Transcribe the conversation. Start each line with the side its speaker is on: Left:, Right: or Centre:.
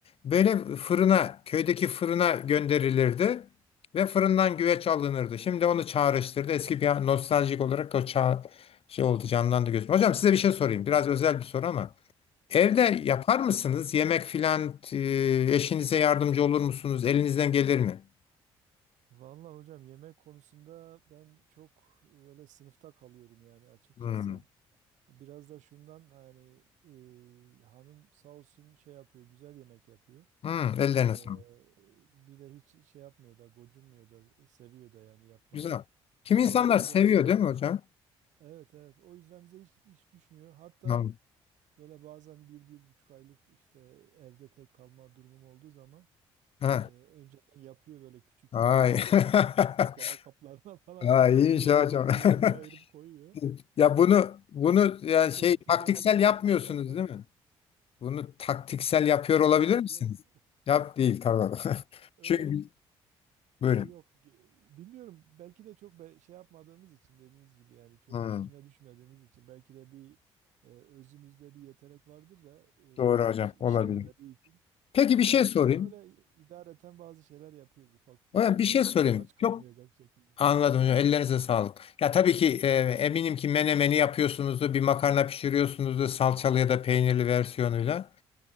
Left: böyle fırına köydeki fırına gönderilirdi ve fırından güveç alınırdı. Şimdi onu çağrıştırdı. Eski bir nostaljik olarak o çağ şey oldu canlandı gözüm. Hocam size bir şey sorayım. Biraz özel bir soru ama. Evde
Right: Buyurun.
Left: yapar mısınız? Yemek filan e, eşinize yardımcı olur musunuz? Elinizden gelir mi?
Right: Vallahi hocam yemek konusunda ben çok öyle sınıfta kalıyorum yani açıkçası.
Left: Hmm.
Right: Biraz da şundan hani e, hanım sağ olsun şey yapıyor, güzel yemek yapıyor.
Left: Hmm, ellerine
Right: E,
Left: sağlık.
Right: bir de hiç şey yapmıyor da, gocunmuyor da, seviyor da yani yapmayı.
Left: Güzel. Kim
Right: Elleri
Left: insanlar
Right: de
Left: seviyor
Right: biraz mahir.
Left: değil mi hocam?
Right: Evet evet. O yüzden bize hiç, hiç düşmüyor. Hatta
Left: Tamam.
Right: böyle bazen bir, bir buçuk aylık işte evde tek kalma durumum olduğu zaman
Left: Ha.
Right: Ee, önceden yapıyor böyle küçük
Left: Ay.
Right: küçük o
Left: <laughs>
Right: kutu saklama kaplarına <laughs> falan
Left: Ay iyiymiş
Right: bir
Left: ya
Right: önlük
Left: hocam.
Right: bir önlük ayırıp
Left: <laughs>
Right: koyuyor.
Left: Ya bunu bunu ya
Right: Tüke,
Left: şey
Right: tükenince
Left: taktiksel yapmıyorsunuz
Right: de dışarıdan
Left: değil mi? Bunu taktiksel yapıyor olabilir
Right: yok
Left: misiniz?
Right: yok.
Left: Yap değil tamam. <laughs>
Right: Öyle
Left: Çünkü böyle.
Right: e, ya yok Ge- bilmiyorum belki de çok be- şey yapmadığımız için dediğiniz gibi yani çok
Left: Hmm,
Right: üstüne düşmediğimiz için belki de bir e, özümüzde bir yetenek vardır da e,
Left: doğru hocam
Right: iş- işlenmediği
Left: olabilir.
Right: için
Left: Peki
Right: çıkmamıştır.
Left: bir şey sorayım.
Right: Ha, öyle idareten bazı şeyler yapıyoruz ufak ufak
Left: Hocam
Right: böyle
Left: bir şey sorayım.
Right: aç kalmayacak
Left: Çok
Right: şekilde.
Left: Anladım hocam. Ellerinize sağlık. Ya tabii ki e, eminim ki menemeni yapıyorsunuzdur, bir makarna pişiriyorsunuzdur salçalı ya da peynirli versiyonuyla.